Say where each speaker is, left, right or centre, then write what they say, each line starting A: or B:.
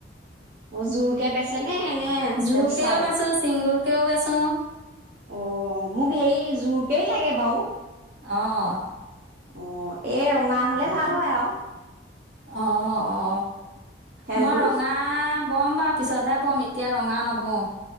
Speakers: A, on the right; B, on the right.
A: অ জোৰ কেে বেচে নে নে
B: জু
A: এক্সট্ৰাক
B: কেেও বেচো চিংগুল কেও বেচো
A: অ মোক হেই জোৰকেই লাগে বাৰু
B: আহ
A: অ এ ৰঙা হলে ভাল হয় আৰু
B: অ অ
A: খেলটো
B: মই ৰঙা ব'ম বাৰু পিছতহে বম এতিয়া ৰঙা নবওঁ